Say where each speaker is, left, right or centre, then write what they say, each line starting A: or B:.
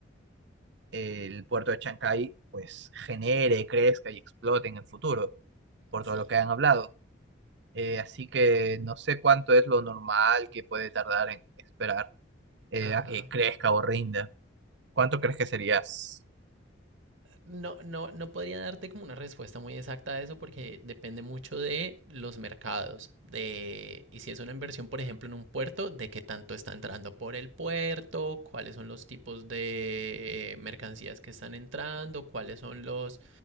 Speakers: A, on the right; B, on the right.
A: el puerto de Chancay, pues genere, crezca y explote en el futuro, por
B: sí.
A: todo lo que han hablado. Eh, así que no sé cuánto es lo normal que puede tardar en esperar eh,
B: Ajá.
A: a que crezca o rinda. ¿Cuánto crees que serías?
B: no, no, no podría darte como una respuesta muy exacta a eso porque depende mucho de los mercados, de, y si es una inversión, por ejemplo, en un puerto, de qué tanto está entrando por el puerto, cuáles son los tipos de eh, mercancías que están entrando, cuáles son los,